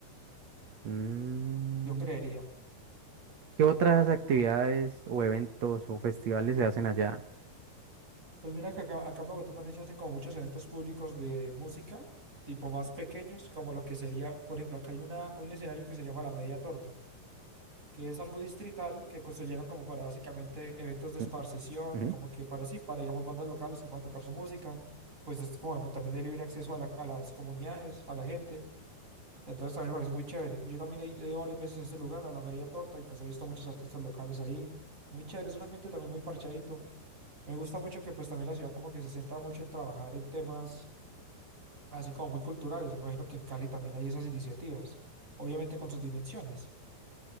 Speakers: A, on the right; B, on the right.
A: Mm,
B: yo creería.
A: ¿qué otras actividades o eventos o festivales se hacen allá?
B: Pues mira que acá, acá en Bogotá también se hacen como muchos eventos públicos de música, tipo más pequeños, como lo que sería, por ejemplo, acá hay una, un escenario que se llama La Media Torta. que es algo distrital que construyeron como para básicamente eventos de esparcición,
A: Mm, ujú.
B: como que para sí, para digamos bandas locales que puedan tocar su música, pues es como también de libre acceso a, la- a las comunidades, a la gente. Entonces también me parece muy chévere. Yo también he ido he ido varias veces a este lugar, a la Media Torta, y pues he visto muchos artistas locales ahí. Muy chévere, es un ambiente también muy parchadito. Me gusta mucho que pues también la ciudad como que se centra mucho en trabajar en temas así como muy culturales. Me imagino que en Cali también hay esas iniciativas, obviamente con sus dimensiones.